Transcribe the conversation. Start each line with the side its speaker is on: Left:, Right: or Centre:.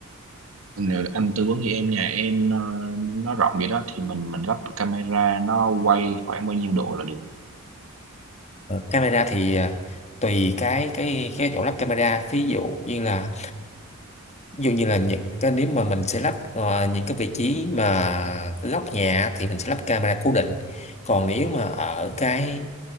Right: Nếu anh tư vấn cho em nhà em nó, nó rộng vậy đó thì mình mình lắp camera nó quay khoảng bao nhiêu độ là được.
Left: camera thì ờ, tùy cái cái cái chỗ lắp camera ví dụ như là ví dụ như là những cái nếu mà mình sẽ lắp ờ, những cái vị trí mà góc nhà thì mình sẽ lắp camera cố định còn nếu mà ở cái